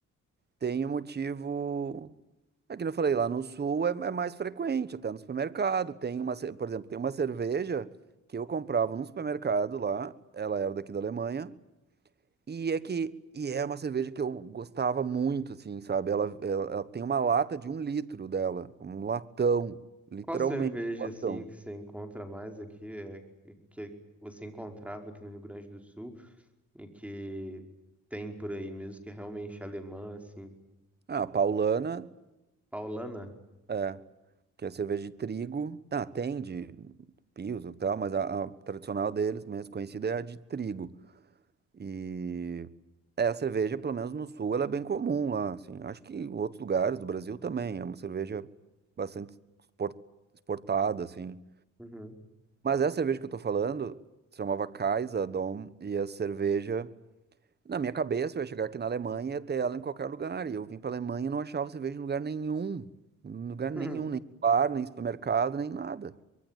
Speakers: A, on the right (about 35°); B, in the centre.
A: Tem um motivo, é que eu falei, lá no sul é, é mais frequente, até no supermercado, tem uma, ce- por exemplo, tem uma cerveja que eu comprava num supermercado lá, ela era daqui da Alemanha, e é que e é uma cerveja que eu gostava muito, assim, sabe? Ela, ela, ela tem uma lata de um litro dela, um latão, literalmente
B: Qual cerveja,
A: um latão.
B: assim, que você encontra mais aqui, é, que você encontrava aqui no Rio Grande do Sul e que tem por aí mesmo, que é realmente alemã, assim?
A: Ah, a Paulana,
B: Paulana?
A: é, que é cerveja de trigo. Ah, tem de Pilsen e tal, mas a, a tradicional deles, mesmo conhecida, é a de trigo. E é, a cerveja, pelo menos no sul, ela é bem comum lá, assim. Acho que em outros lugares do Brasil também, é uma cerveja bastante expor- exportada, assim.
B: Uhum.
A: Mas essa cerveja que eu tô falando se chamava Kaiser Dom e a cerveja. Na minha cabeça, eu ia chegar aqui na Alemanha e ia ter ela em qualquer lugar. E eu vim pra Alemanha e não achava cerveja em lugar nenhum. Em lugar nenhum,
B: <laughs>
A: nem bar, nem supermercado, nem nada.